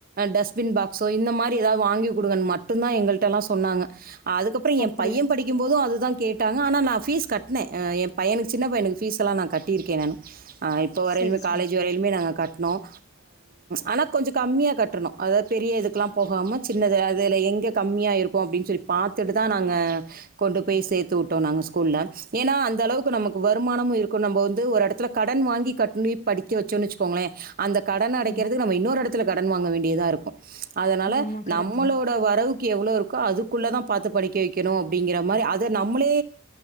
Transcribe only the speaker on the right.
டஸ்ட்பின் பாக் சோ இந்த மாதிரி ஏதாவது வாங்கி கு குடுங்கன்னு மட்டும்தான் எங்களிட்டலாம் சொன்னாங்க அதுக்கப்புறம்
என் பையன் படிக்கும் போதும் அதுதான் கேட்டாங்க ஆனா நான் ஃபீஸ் கட்னேன் என் பையனுக்கு சின்ன பையனுக்கு ஃபீஸ்லாம் நான் கட்டியிருக்கேன் நான் இப்போ வரையிலுமே
காலேஜ் வரையிலுமே நாங்கள் கட்டினோம் ஆனா கொஞ்சம் கம்மியாக கட்டணும் அதாவது பெரிய இதுக்கெல்லாம் போகாம சின்னது அதுல எங்க கம்மியா இருக்கும் அப்படின்னு சொல்லி பாத்துட்டுதான் நாங்க கொண்டு போய் சேத்து விட்டோம் நாங்க ஸ்கூல்ல ஏன்னா அந்த அளவுக்கு நமக்கு வருமானமும் இருக்கும் நம்ம வந்து ஒரு இடத்துல கடன் வாங்கி கட்டினோ படிக்க வச்சோம்ன்னு வச்சுக்கோங்களே அந்த கடன் அடைறது
நம்ம இன்னொரு இடத்து கடன் வாங்க வேண்டியதாக இருக்கும் அதனால
நம்மளோட
வரவுக்கு எவ்ளோ இருக்கோ அதுக்குள்ளதான் பாத்து படிக்க வைக்கணும் அப்படிங்கிற மாதிரி அத நம்மளே